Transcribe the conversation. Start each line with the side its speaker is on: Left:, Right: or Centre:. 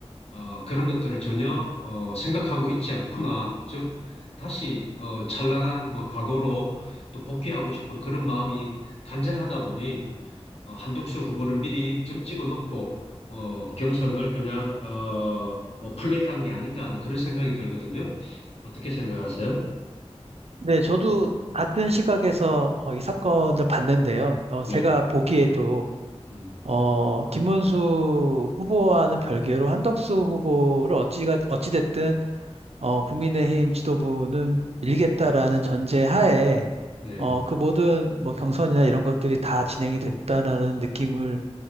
Left: 어, 그런 것들을 전혀, 어, 생각하고 있지 않구나. 즉, 다시, 어, 찬란한, 뭐, 과거로 또 복귀하고 싶은 그런 마음이 간절하다 보니, 어, 한덕수 후보를 미리 점 찍어 놓고 어, 경선을 그냥 어, 뭐 플레이한 게 아닌가 하는 그런 생각이 들거든요. 어떻게 생각하세요?
Right: 네, 저도 같은 시각에서 어, 이 사건을 봤는데요. 어, 제가
Left: 네,
Right: 보기에도
Left: 네,
Right: 어, 김문수 후보와는 별개로 한덕수 후보를 어찌가 어찌됐든 어, 국민의힘 지도부는 밀겠다라는 전제 하에
Left: 네,
Right: 어, 그 모든 뭐 경선이나 이런 것들이 다 진행이 됐다라는 느낌을